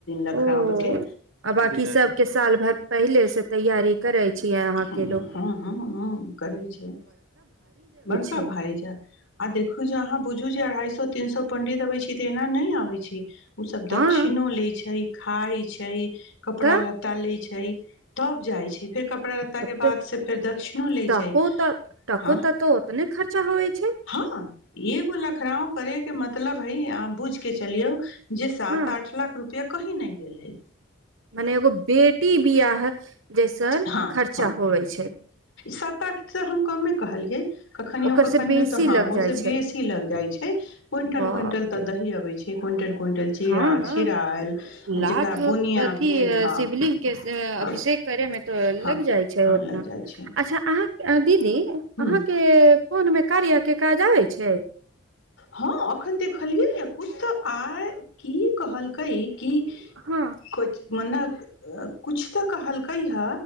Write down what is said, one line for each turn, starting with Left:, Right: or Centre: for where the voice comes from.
Left: लखराब
Right: ओ
Left: के
Right: आ बाँकि सभके साल भरि पहिलेसँ तैयारी करै छियै अहाँके
Left: हँ
Right: लोक
Left: हँ हँ छै बड़का
Right: छै
Left: भारी आ देखू जे अहाँ बुझु जे अढ़ाई सए तीन सो पंडित अबै छै त एना नहि आ छै ओसभ दक्षिणो
Right: हँ
Left: लए छै खाय छै कपड़ा
Right: तऽ
Left: लत्ता लै छै तब जाइ छै फेर कपड़ा लत्ता
Right: त
Left: के बाद से फेर दक्षि लै
Right: टको
Left: छै
Right: तऽ टको
Left: ह
Right: तऽ तो ओतने खर्चा होइ छै
Left: हँ एगो लखड़ाव करैके मतलब है अहाँ बुझ के चलियौ जे सात
Right: हँ
Left: आठ लाख रुपआ कही नहि गेल है
Right: मने एगो बेटी बियाह जैसन
Left: हँ
Right: खर्चा
Left: हँ
Right: होवै छै
Left: सात आठ तऽ हम कमे कहलियै कखनियो
Right: ओकर
Left: कखनियो
Right: से बेसी
Left: तऽ हँ
Right: लग
Left: ओस
Right: जाइ छै
Left: बेसी लग जाय छै क्विंटल
Right: बाप
Left: क्विंटल तऽ
Right: रे
Left: दही अबे छै क्विंटल क्विंटल चीरा
Right: हँ हँ
Left: चिरायल
Right: लाख
Left: जेकरा
Right: अथ
Left: बुनिया भेल हँ
Right: शिवलिंगग के
Left: हँ
Right: अभिषेक करेमे तऽ
Left: हँ
Right: लग जाइ छै
Left: हँ
Right: ओतना
Left: लग जाइ छै
Right: अच्छा अहाँ दीदी
Left: हूँ
Right: अहाँके दो मे कार्य के काज आबै छै
Left: हँ अखन देखलियै कुता त आइ की कहलकै की
Right: हँ
Left: क मने किुछ तऽ कहलकै हे